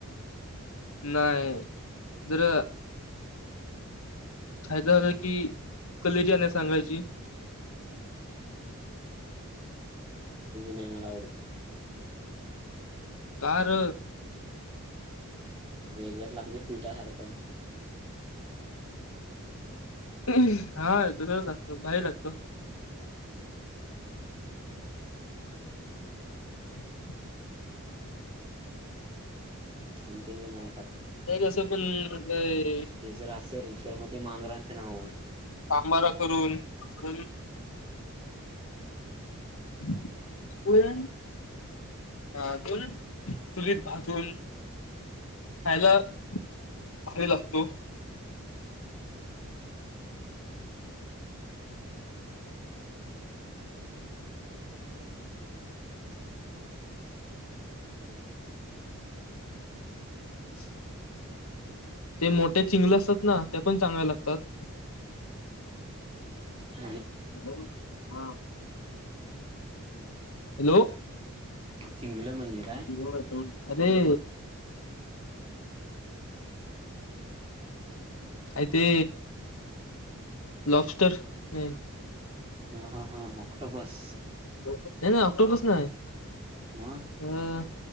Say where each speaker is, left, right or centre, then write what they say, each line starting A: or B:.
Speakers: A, on the left; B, on the right.
A: नाही द्र फायदा झाला की, <unintelligible> सांगायची
B: नय मला आवडत.
A: कार्
B: लक लागली पिठाहारख
A: हम हा दुसच लागतो बाारी लागतो. <inaudible>
B: अंत मी नाय खात
A: नाही कसं पण मग
B: ते जर असेल तर मग ते मांजरांच्या नावावर
A: बरा करून अून अजून अ अजून चुलीत भाजून खायला भारी लागतो शी ते मोठे चिंगले असतात ना ते पण चांगले लागतात
B: म्हणजे
A: हॅलो हा हॅलो
B: चिंगलं म्हणजे काय
A: जावून अरे आ ते लॉपस्टर नय
B: हां हां हां ऑक्टोपस
A: नाही नाही ऑक्टोपस नाही
B: मग
A: हम्म